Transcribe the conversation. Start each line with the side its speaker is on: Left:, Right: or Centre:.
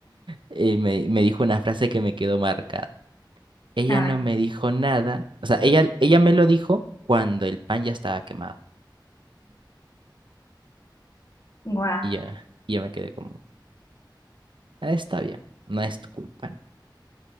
Right: eh, me, me dijo una frase que me quedó marcada. Ella
Left: A
Right: no
Left: ver,
Right: me dijo nada. O sea, ella, ella me lo dijo cuando el pan ya estaba quemado.
Left: wow.
Right: Y ya, y ya me quedé como, "Ah, está bien, no es tu culpa. ¿no?